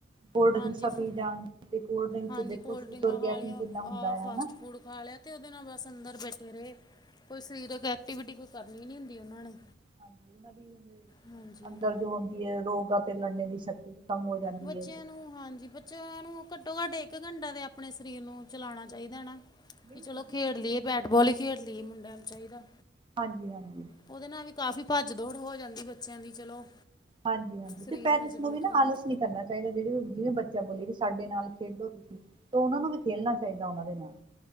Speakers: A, on the right (about 25°); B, on the left (about 20°).
A: ਕੋਲਡ
B: ਹਾਂਜੀ
A: ਡ੍ਰਿੰਕਸਾਂ
B: ਫ
A: ਪੀ ਜਾਨਗੇ ਤੇ ਕੋਲਡ ਡ੍ਰਿੰਕ
B: ਹਾਂਜੀ
A: ਚ ਦੇਖੋ
B: ਕੋਲਡ
A: ਸ਼ੂਗਰ
B: ਡਰਿੰਕਾਂ ਖਾ
A: ਕੈਫਿਨ
B: ਲਈਆਂ
A: ਕਿੰਨਾ ਹੁੰਦਾ
B: ਆਹ
A: ਐ
B: ਫਾਸਟ
A: ਹਨਾ।
B: ਫੂਡ ਖਾ ਲਿਆ ਤੇ ਉਦੇ ਨਾਲ ਬਸ ਅੰਦਰ ਬੈਠੇ ਰਏ ਕੋਈ ਸਰੀਰਕ ਐਕਟੀਵਿਟੀ ਕੋਈ ਕਰਨੀ ਨੀ ਹੁੰਦੀ ਉਨਾਂ ਨੇ।
A: ਹਾਂਜੀ ਉਨਾਂ ਦੀ
B: ਹਾਂਜੀ।
A: ਅੰਦਰ ਜੋ ਰੋਂਦੀ ਏ ਰੋਗਾ ਤੇ ਲੜਨੇ ਦੀ ਸ਼ਕਤੀ ਵੀ ਕੰਮ ਹੋ ਜਾਂਦੀ
B: ਬੱਚਿਆਂ
A: ਹੈ
B: ਨੂੰ ਹਾਂਜੀ ਬੱਚਿਆਂ ਨੂੰ ਘੱਟੋ ਘੱਟ ਏਕ ਘੰਟਾ ਤੇ ਆਪਣੇ ਸਰੀਰ ਨੂੰ ਚਲਾਉਣਾ ਚਾਈਦਾ ਨਾ
A: ਬਿਲਕੁਲ
B: ਵੀ ਚਲੋ
A: ਜੀ
B: ਖੇਡ
A: ਬਿਲਕੁਲ
B: ਲਈਏ ਬੈਠ ਬੋਲ ਈ ਖੇਡ ਲਈਏ ਮੁੰਡਿਆਂ ਨੂੰ ਚਾਈਦਾ।
A: ਹਾਂਜੀ-ਹਾਂਜੀ।
B: ਉਦੇ ਨਾਲ ਵੀ ਕਾਫ਼ੀ ਭੱਜ ਦੌੜ ਹੋ ਜਾਂਦੀ ਬੱਚਿਆਂ ਦੀ ਚਲੋ
A: ਹਾਂਜੀ-ਹਾਂਜੀ
B: ਸਰੀਰ
A: ਤੇ ਪੈਰੈਂਟਸ
B: ਮਜ਼ਬੂਤ
A: ਨੂੰ ਵੀ ਨਾ
B: ਰਹਿੰਦਾ।
A: ਆਲਸ ਨੀ ਕਰਨਾ ਚਾਹ ਚਾਈਦਾ ਜਿਦੇ ਜਿਵੇਂ ਬੱਚਾ ਬੋਲੇ ਕਿ ਸਾਡੇ ਨਾਲ ਖੇਡੋ ਤੁਸੀਂ ਤਾਂ ਉਨਾਂ ਨੂੰ ਵੀ ਖੇਲਣਾ ਚਾਈਦਾ ਉਨਾਂ ਦੇ ਨਾਲ।